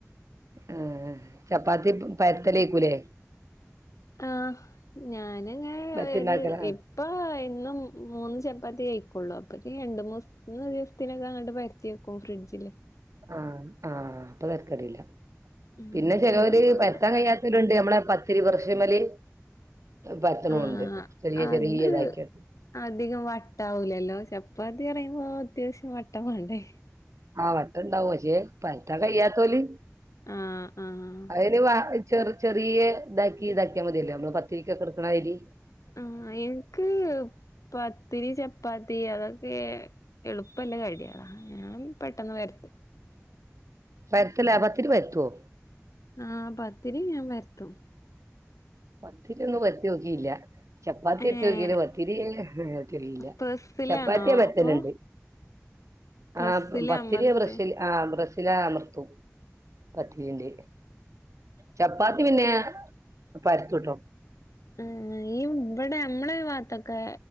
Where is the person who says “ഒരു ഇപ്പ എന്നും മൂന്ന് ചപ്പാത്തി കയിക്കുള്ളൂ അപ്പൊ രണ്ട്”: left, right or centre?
Left